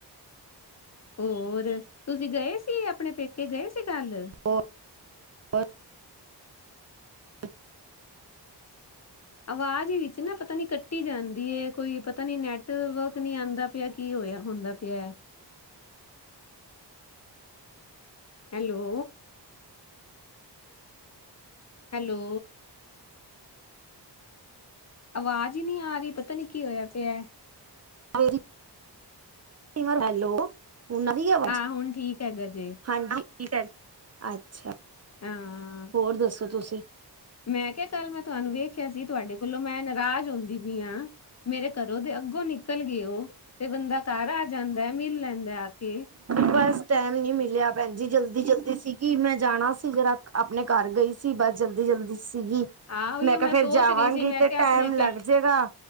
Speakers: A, on the left; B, on the right.
A: ਹੋਰ, ਤੁਸੀ ਗਏ ਸੀ ਅਪਨੇ ਪੇਕੇ, ਗਏ ਸੀ ਕਲ।
B: <unintelligible>
A: ਅਵਾਜ ਵਿੱਚ ਨਾ ਪਤਾ ਨੀ ਕੱਟੀ ਜਾਂਦੀ ਏ ਕੋਈ ਪਤਾ ਨੀ ਨੈਟਵੱਰਕ ਨੀ ਆਂਦਾ ਪਿਆ, ਕੀ ਹੋਏਆ ਹੁੰਦਾ ਪੇਆ। ਹੈਲੋ ਹੈਲੋ ਅਵਾਜ ਈ ਨੀ ਆ ਰੀ, ਪਤਾ ਨੀ ਕੀ ਹੋਏਆ ਪੇਆ।
B: <inaudible> ਹੈਲੋ, ਹੁਨ ਆ ਰੀ ਏ ਅਵਾਜ,
A: ਹਾਂ ਹੁਣ ਠੀਕ ਹੈਗਾ ਜੇ
B: ਹਾਂਜੀ ਅੱਛਾ,
A: ਹਾਂ
B: ਹੋਰ ਦੱਸੋ ਤੁਸੀ?
A: ਮੈਂ ਕੇਆ ਕਲ ਮੈਂ ਤੁਆਨੂੰ ਵੇਖੇਆ ਸੀ, ਤੁਆਡੇ ਕੋਲੋਂ ਮੈਂ ਨਰਾਜ ਹੋਂਦੀ ਪੀ ਆ, ਮੇਰੇ ਘਰੋਂ ਦੇ ਅੱਗੋ ਨਿਕਲ ਗੇ ਓ ਤੇ ਬੰਦਾ ਘਰ ਆ ਜਾ ਜਾਂਦਾ ਏ, ਮਿਲ ਲੈਂਦਾ ਆ ਕੇ।
B: ਬਸ ਟੈਮ ਈ ਨੀ ਮਿਲਆ ਭੈਨ ਜੀ, ਜਲਦੀ- ਜਲਦੀ ਸੀਗੀ ਮੈਂ ਜਾਨਾ ਸੀ ਜਰਾ ਅਪਨੇ ਘਰ ਗਈ ਸੀ, ਬਸ ਜਲਦੀ-ਜਲਦੀ ਸੀਗੀ।
A: ਆਹ ਉਹੀਓ
B: ਮੈਂ ਕੇਆ ਫੇਰ
A: ਸੋਚ
B: ਜਾਵਾਂਗੀ
A: ਰਹੀ ਸੀ ਮੈਂ
B: ਤੇ
A: ਕਿਹਾ
B: ਟੈੱਮ
A: ਆਪਣੇ ਪੇ
B: ਲਗ ਜੇਗਾ